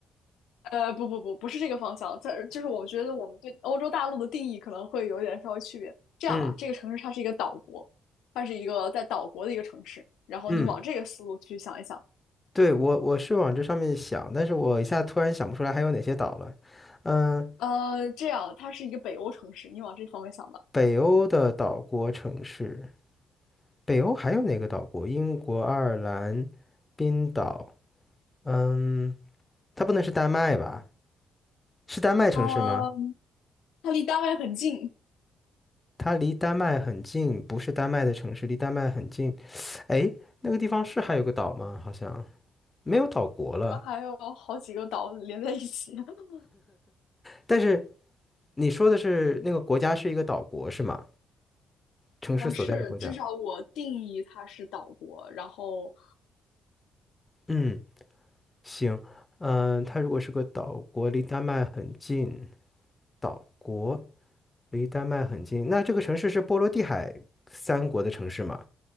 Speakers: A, on the left; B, on the left.
A: 呃，不不不，不是这个方向。它就是我觉得我们对欧洲大陆的定义可能会有点稍微区别。这样吧，
B: 嗯
A: 这个城市它是一个岛国，它是一个在岛国的一个城市。然后你往这个思路去想一想，
B: 嗯，对，我我是往这上面想，但是我一下突然想不出来还有哪些岛了。嗯、
A: 呃，这样它是一个北欧城市，你往这方面想吧。
B: 北欧的岛国城市，北欧还有哪个岛国？英国、爱尔兰、冰岛。嗯，它不能是丹麦吧？是丹麦城市吗？
A: 呃，它离丹麦很近，
B: 它离丹麦很近，不是丹麦的城市，离丹麦很近。哎，那个地方是还有个岛吗？好像没有岛国了。
A: 它还有好几个岛连在一起。<laughs>
B: 但是你说的是那个国家是一个岛国是吗？城市所在的国家。
A: 呃，是，至少我定义它是岛国。然后
B: 嗯，行，嗯、它如果是个岛国，离丹麦很近，岛国离丹麦很近，那这个城市是波罗的海三国的城市吗？